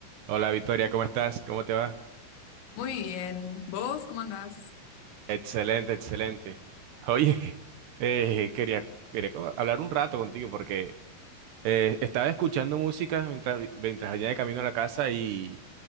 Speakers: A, on the right; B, on the left.
A: Hola Victoria, ¿cómo estás? ¿Cómo te va?
B: Muy bien. ¿Vos cómo andás?
A: Excelente, excelente. Oye, <laughs> eh, quería, quería co- hablar un rato contigo porque eh, estaba escuchando música mientras, vi- mientras venía de camino a la casa y